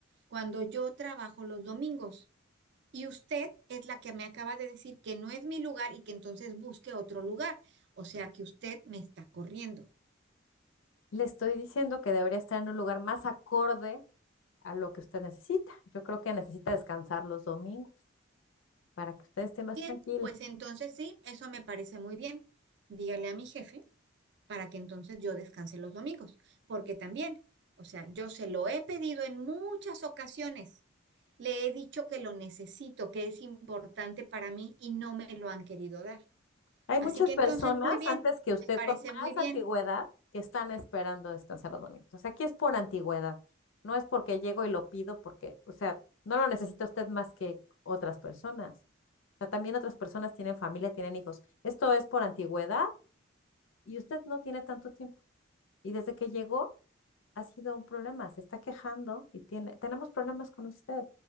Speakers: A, on the right; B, on the left.
A: cuando yo trabajo los domingos. Y usted es la que me acaba de decir que no es mi lugar y que entonces busque otro lugar. O sea que usted me está corriendo.
B: Le estoy diciendo que debería estar en un lugar más acorde a lo que usted necesita. Yo creo que necesita descansar los domingos para que usted esté más
A: Bien,
B: tranquila.
A: pues entonces sí, eso me parece muy bien. Dígale a mi jefe para que entonces yo descanse los domingos, porque también, o sea, yo se lo he pedido en muchas ocasiones, le he dicho que lo necesito, que es importante para mí y no me lo han querido dar.
B: Hay
A: Así
B: muchas
A: que
B: personas
A: entonces, muy bien,
B: antes que usted
A: me parece
B: con
A: muy
B: más
A: bien.
B: antigüedad que están esperando descansar los domingos. O sea, aquí es por antigüedad. No es porque llego y lo pido porque, o sea, no lo necesita usted más que otras personas. O sea, también otras personas tienen familia, tienen hijos. Esto es por antigüedad y usted no tiene tanto tiempo. Y desde que llegó, ha sido un problema, se está quejando y tiene, tenemos problemas con usted.